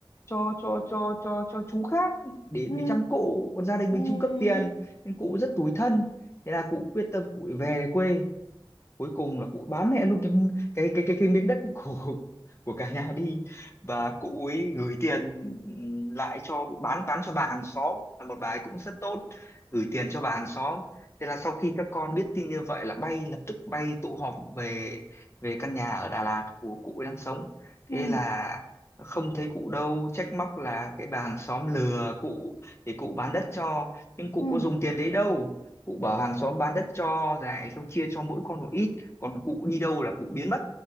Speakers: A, on the left; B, on the left.
A: cho cho cho cho cho chú khác để
B: ừ
A: để chăm cụ còn gia đình
B: ừ
A: mình chu cấp tiền nên cụ rất tủi thân thế là cụ quyết tâm cụ về quê cuối cùng là cụ bán mẹ luôn cái cái cái cái, cái miếng đất của của cả nhà đi và cụ ấy gửi tiền lại cho bán bán cho bà hàng xóm là một bà ấy cũng rất tốt gửi tiền cho bà hàng xóm thế là sau khi các con biết tin như vậy là bay lập tức bay tụ họp về về căn nhà ở Đà Lạt của cụ ấy đang sống
B: ừ
A: thế là không thấy cụ đâu trách móc là cái bà hàng xóm lừa cụ để cụ bán đất cho nhưng cụ
B: ừ
A: có dùng tiền đấy đâu cụ bảo hàng xóm bán đất cho này xong chia cho mỗi con một ít còn cụ đi đâu là cụ biến mất